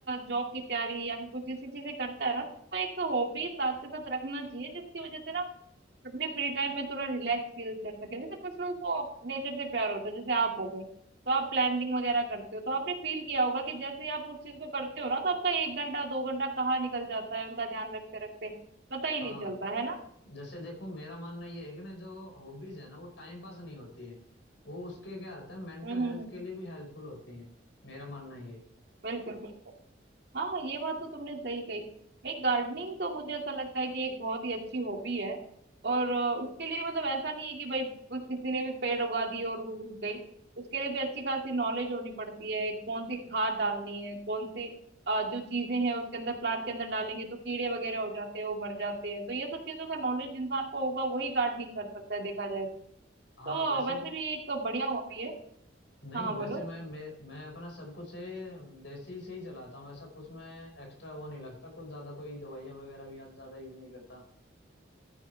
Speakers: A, on the right; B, on the left.
A: जॉब की तैयारी या फिर कुछ ऐसी चीजें करता है ना तो एक हॉबी साथ के साथ रखना चाहिए जिसकी वजह से ना वो अपने फ्री टाइम में थोड़ा रिलैक्स फील कर सके जैसे कुछ लोगों को नेचर से प्यार होता है जैसे आप हो गए तो आप प्लानिंग वगैरह करते हो तो आपने फील किया होगा कि जैसे ही आप उस चीज को करते हो ना तो आपका एक घंटा दो घंटा कहाँ निकल जाता है उनका ध्यान रखते रखते पता ही नहीं
B: हाँ
A: चलता है ना
B: जैसे देखो मेरा मानना ये है कि ना जो हॉबीज है ना वो टाइम पास नहीं होती है वो उसके क्या रहता है मेंटल
A: हम्म
B: हेल्थ
A: हम्म,
B: के लिए भी हेल्पफुल होती है मेरा मानना ये है।
A: बिल्कुल हाँ हाँ ये बात तो तुमने सही कही एक गार्डनिंग तो मुझे ऐसा लगता है कि एक बहुत ही अच्छी हॉबी है और अ, उसके लिए मतलब ऐसा नहीं है कि भाई कुछ किसी ने भी पेड़ उगा दिए और वो उग गई उसके लिए भी अच्छी खासी नॉलेज होनी पड़ती है कौन सी खाद डालनी है कौन सी अ, जो चीजें हैं उसके अंदर प्लांट के अंदर डालेंगे तो कीड़े वगैरह हो जाते हैं वो मर जाते हैं तो ये सब चीजों का नॉलेज इंसान को होगा वही गार्डनिंग कर सकता है देखा जाए
B: हाँ
A: तो
B: वैसे
A: वैसे भी एक बढ़िया हॉबी है
B: नहीं
A: हाँ हाँ
B: वैसे
A: बोलो
B: मैं मैं, मैं अपना सब कुछ ये देसी से ही चलाता हूँ ऐसा कुछ मैं एक्स्ट्रा वो नहीं लगता कुछ ज्यादा कोई दवाइयाँ वगैरह भी याद ज्यादा यूज नहीं करता